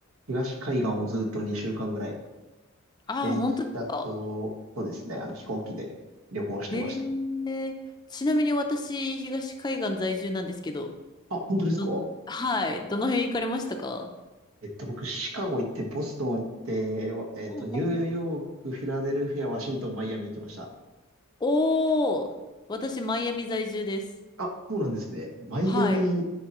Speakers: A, on the right; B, on the left.
A: 東海岸をずっと2週間ぐらい、
B: ああ、
A: 電車と、
B: 本当ですか。
A: そうですね、あの飛行機で旅行してました。
B: へえ。ちなみに私、東海岸在住なんですけど、
A: あ、本当ですか
B: ど、はい、どの辺行かれましたか
A: えっと、僕、シカゴ行って、ボストン行って、わえっと、
B: うんうん。
A: ニューヨーク、フィラデルフィア、ワシントン、マイアミ行きました。
B: おおー、私、マイアミ在住です。
A: あ、そうなんですね。マイアミ、
B: はい。